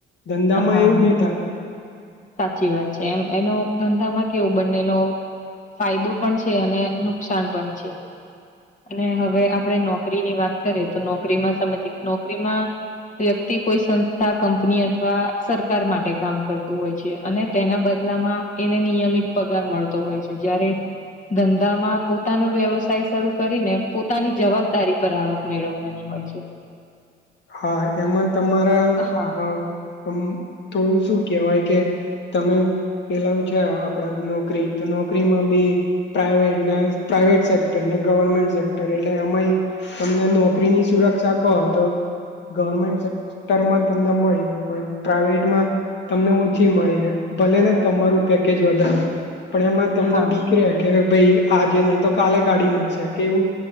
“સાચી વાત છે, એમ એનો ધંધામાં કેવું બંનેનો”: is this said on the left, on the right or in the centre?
Left